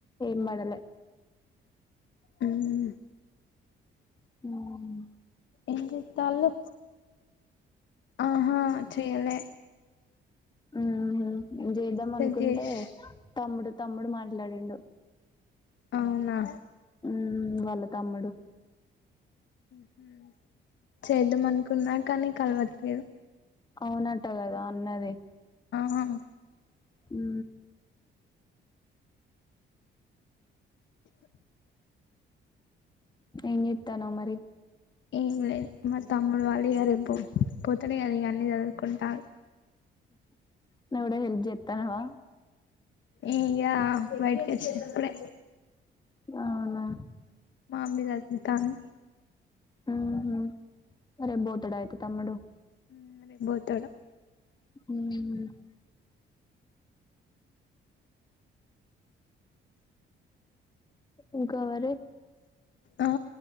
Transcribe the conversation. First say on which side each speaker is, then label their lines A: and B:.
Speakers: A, on the left (about 20°); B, on the left (about 70°).
A: ఏం పడలే
B: హు
A: ఉమ్
B: ఏం చేత్తాళ్ళు ఆహా చేయలే
A: హు మ్మ్ నేను చేద్దాం
B: మెసేజ్
A: అనుకుంటే
B: చేసి
A: తమ్ముడు తమ్ముడు మాట్లాడిండు
B: అవునా
A: ఉమ్మ్ వాళ్ల తమ్ముడు
B: హు చేద్దాం అనుకున్నా కానీ కలవట్లేదు
A: అవునట్ట కదా అన్నది
B: ఆహా
A: హు ఏం చేత్తన్నావ్ మరి
B: ఏం లేదు మా తమ్ముడు వాళ్ళు ఇంగా రేపు పొతుడు కాదా ఇంగా అన్నీ చదురుకుంటాలు
A: నువ్వు కూడా హెల్ప్ జేతన్నావా
B: ఈగ బయటికి వచ్చిన ఇప్పుడే
A: అవునా
B: మమ్మీ సదురుతుంది
A: ఉహు రేపు బోతాడ అయితే తమ్ముడు
B: హు రేపు బోతాడు
A: ఉహు ఇంకా మరి
B: ఆ